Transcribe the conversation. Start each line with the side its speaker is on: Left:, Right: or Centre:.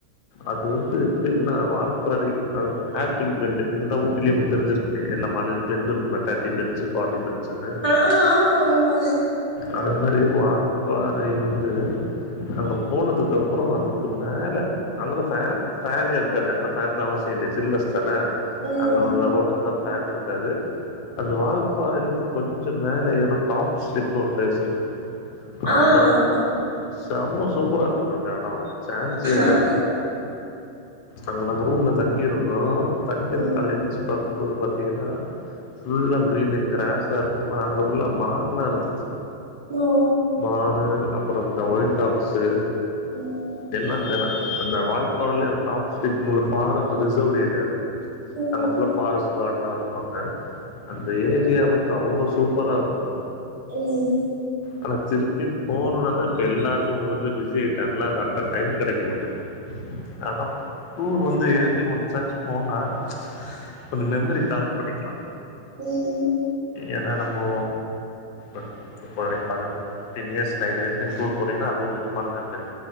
Left: அது வந்து எப்டி இருக்குன்னா வாழ்பாறை அ ஹேர் பின் பெண்டு நீங்க தா ஊட்டிலே உங்களுக்கு தெரிஞ்சிருக்கு எல்லா மலையில பென்டு இருக்கும்ல தேர்டி பென்டுஸ் பார்ட்டி பென்டுஸ்ன்னு
Right: ஆ ஆமா ஆமா
Left: அது மாதிரி வால்பாறை வந்து அங்க போனதுக்கு அப்பற அதுக்கு மேல அங்கன்னா ஃபேன் ஃபேன்னே இருக்காது அங்கங்கள ஃபேன் தா அவசிய இல்லயே சில்னஸ்தான
Right: ம்
Left: அங்க உள்ள ஹோட்டல்தா ஃபேன் இருக்காது அது வாழ்ப்பாறையில இருந்து கொஞ்ச மேல ஏறுனா டாப் ஸ்லிப்னு ஒரு பிளேஸ் இருக்கும்
Right: ஆ
Left: அந்த
Right: ஆமா
Left: செம சூப்பரா இருக்குங்க அந்த இட சான்ஸே இல்ல
Right: ஆமா
Left: அங்க நாங்க ரூம்ல தங்கி இருந்தோ தங்கிருந்து
Right: ம்
Left: காலையில எழுச்சு பார்க்கும்போது பாத் திங்கன்னா ஃபுல்லா கிரீன்னு கிராஸா இருக்கு சும்மா அங்க ஃபுல்லா மான்ல்லா இருந்துச்சு
Right: லோ
Left: மானு அப்பற அந்த ஒயில்ட் டாக்ஸு
Right: ம் ம்
Left: எல்லா இந்த அந்த வால்பாறையிலே அந்த டாப் ஸ்லிப்ன்னு ஒரு ஃபாரஸ்ட் ரிசர்வ்ட் ஏரியா தா
Right: ம்
Left: அங்க ஃபுல்லா ஃபாரஸ்ட் கார்டுலா இருக் ப்பாங்க அந்த ஏரியா வந்து அவ்வளவு சூப்பரா இருக்கும்
Right: ம்ம்
Left: ஆனா திருப்பியு போணுனா தா இப்ப எல்லோருமே ஒவ்வரு இதுல பிஸி ஆயிடாங்களா கரக்டா டைம் கிடைக்க மாட்டுது ஆனா டூர் வந்து இயர்லி ஒன்ஸாச்சி போனா கொஞ்ச மெமரி கலெக்ட் பண்ணிக்கலா
Right: ம்ம்
Left: ஏன்னா நம்மோ <unintelligible> ஃபிஃப்டின் இயர்ஸ் நைன்டின் இயர்ஸ் நீங்க டூர் போறீங்கன்னா அது ஒரு விதமான மெமரி